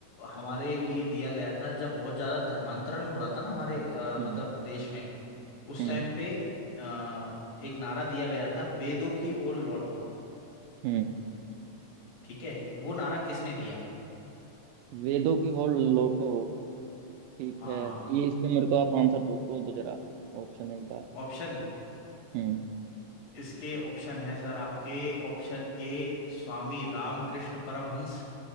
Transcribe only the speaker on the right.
हम्म
हम्म
हम्म
वेदों की ओर लौटो ठीक
है ये इसके मेरे को आप आंसर दो वो दो जरा ऑप्शन एक बार
हम्म